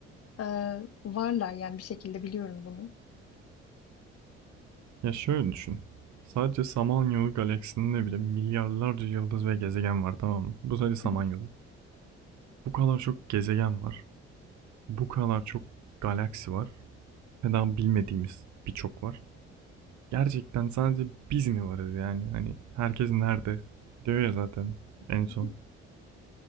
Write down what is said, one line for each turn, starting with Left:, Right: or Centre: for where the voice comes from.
Left: e, varlar yani bir şekilde biliyorum bunu.
Right: Ya şöyle düşün. Sadece Samanyolu galaksisinde bile milyarlarca yıldız ve gezegen var tamam mı? Bu sadece Samanyolu.
Left: Hı
Right: Bu kadar çok gezegen var. Bu kadar çok galaksi var. ve daha bilmediğimiz birçok var. Gerçekten sadece biz mi varız yani? Hani herkes nerede? Diyor ya zaten en son.
Left: hı.